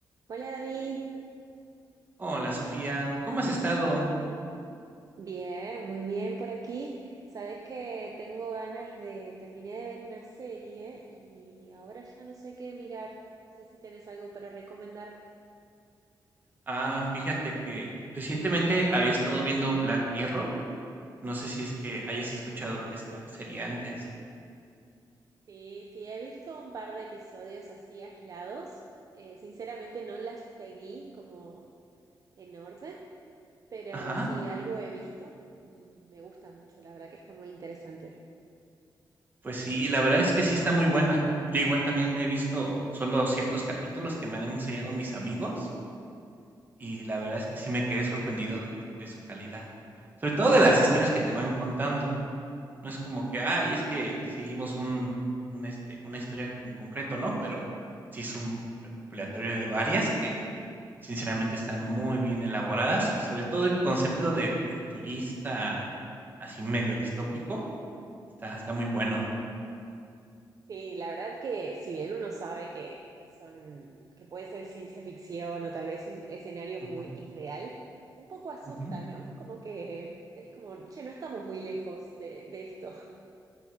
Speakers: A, on the right; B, on the right.
A: Hola David,
B: Hola Sofía, ¿cómo has estado?
A: bien, muy bien por aquí. Sabes que tengo ganas de, terminé de ver una serie y ahora ya no sé qué mirar. No sé si tenés algo para recomendarme.
B: Ah, fíjate que recientemente había estado viendo Black Mirror. No sé si es que hayas escuchado de esta serie antes.
A: Sí, sí, he visto un par de episodios así aislados. Eh, sinceramente no las seguí como en orden, pero
B: Ajá,
A: sí algo he visto y me gusta mucho. La verdad que está muy interesante.
B: pues sí, la verdad es que sí está muy buena. Yo igual también he visto solo ciertos capítulos que me han enseñado mis amigos y la verdad es que sí me quedé sorprendido de, de su calidad. Sobre todo de las historias que te van contando. No es como que, ay, es que seguimos un un, este, una historia en concreto, ¿no? Pero sí es un recopilatorio de varias que sinceramente están muy bien elaboradas y sobre todo el concepto de futurista así medio distópico está está muy bueno.
A: Sí, la verdad que si bien uno sabe que, que son, que puede ser ciencia ficción o tal vez un escenario
B: Ujú.
A: muy irreal, un poco asusta,
B: Ujú.
A: ¿no? Como que es como, che, no estamos muy lejos de, de esto. <laughs>